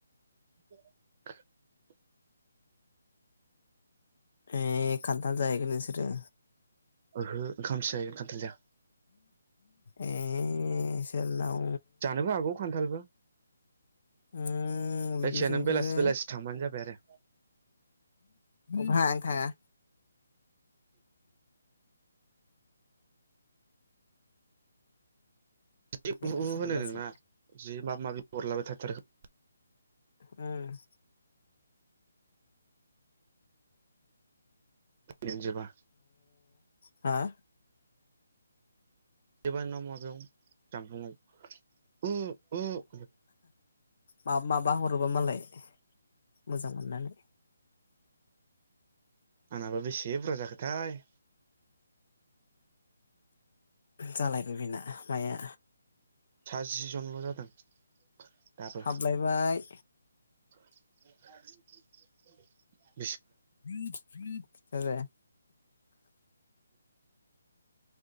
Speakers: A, on the right; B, on the left.
A: <inaudible>
B: ए खाथाल जायाखै नोंसोर <inaudible>
A: ओहो ओंखायनो जायो खान्थाल जाया।
B: ए सोर नाव?
A: जानोबो हागौ खान्थालबो
B: उम बिदिसो
A: जायखिया नों
B: नोंसोरो
A: बेलासि बेलासि थांबानो जाबाय आरो।
B: क'बाय आं थाङा।
A: जि
B: बेलासो
A: बुहु होनो
B: बुलासो
A: नों ना जि माबा माबि हरलाबाय थाथारखो
B: उम
A: गन जबा
B: आ
A: एबार ना माबायाव जामफुंआव <unintelligible>
B: माब माबा हर गबा मालाय मोजां मोननानै
A: आंनाबा बेसे बुरजा जाखोथाय?
B: जालायबो बिना माइया
A: साजि जनल' जादों। दाबो
B: हाबलायबाय
A: <unintelligible>
B: <inaudible> आबे